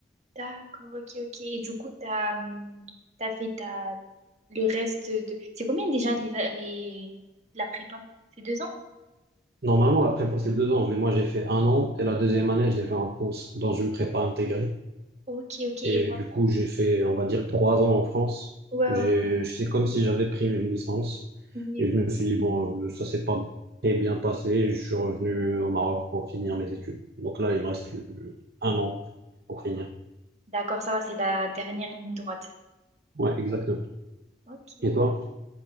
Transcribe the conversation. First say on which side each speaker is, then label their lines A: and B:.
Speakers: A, on the right (about 40°); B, on the right (about 60°).
A: D'accord, ok, ok. Et du coup, t'as, hum, t'as fait ta... le reste de... C'est combien déjà les, les... la prépa? C'est deux ans?
B: Normalement, la prépa, c'est deux ans, mais moi, j'ai fait un an et la deuxième année, je l'ai fait en France, dans une prépa intégrée.
A: Ok, ok. Et...
B: Et du coup, j'ai fait, on va dire, trois ans en France.
A: Ouais,
B: J'ai,
A: ouais,
B: c'est comme si j'avais pris une licence.
A: ouais.
B: Et je me suis dit, bon, ça s'est pas très bien passé. Je suis revenu au Maroc pour finir mes études. Donc là, il me reste euh, un an pour finir.
A: D'accord, ça va, c'est la dernière ligne droite.
B: Ouais, exactement.
A: Ok.
B: Et toi?